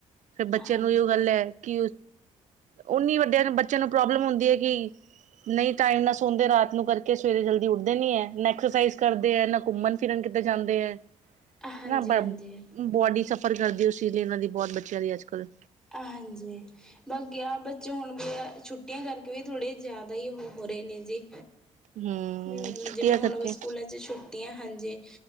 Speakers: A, on the right; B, in the centre.
A: ਫੇਰ ਬੱਚਿਆਂ
B: ਹਾਂਜੀ
A: ਨੂੰ ਇਹ ਗੱਲ ਹੈ ਕਿ ਓਨੀ ਵਡਿਆਂ ਬੱਚਿਆਂ ਨੂੰ ਪ੍ਰੋਬਲਮ ਹੁੰਦੀ ਹੈ ਕਿ ਨਹੀ, ਟਾਈਮ ਨਾ ਸੋਂਦੇ ਰਾਤ ਨੂੰ, ਕਰਕੇ ਸਵੇਰੇ ਜਲਦੀ ਉਠਦੇ ਨਹੀ ਹੈ। ਨਾ ਐਕਸਰਸਾਈਜ਼ ਕਰਦੇ ਹੈ, ਨਾ ਘੁੰਮਣ, ਫਿਰਨ ਕੀਤੇ ਜਾਂਦੇ ਐ
B: ਹਾਂਜੀ
A: ਹਨਾ
B: ਹਾਂਜੀ
A: ਬੋਡੀ ਸਫ਼ਰ ਕਰਦੀ ਉਸ ਚੀਜ਼ ਲਈ, ਉਹਨਾ ਦੀ ਬਹੁਤ ਬੱਚਿਆਂ ਦੀ ਅੱਜ-ਕਲ
B: ਹਾਂਜੀ। ਬਾਕੀ ਆਹ ਬੱਚੇ ਹੁਣ ਵੀ, ਛੁੱਟੀਆਂ ਕਰਕੇ ਵੀ ਥੋੜ੍ਹੀਆਂ ਕੁਜ ਜ਼ਿਆਦਾ ਹੀ, ਹੋ, ਰਹੇ ਨੇ, ਜੇ।
A: ਹਮ
B: ਵੀ ਮਤਲਬ
A: ਛੁੱਟੀਆਂ
B: ਜਿਵੇ ਹੁਣ
A: ਕਰਕੇ
B: ਸਕੂਲਾ'ਚ' ਛੁੱਟੀਆਂ ਹਾਂ ਜੇ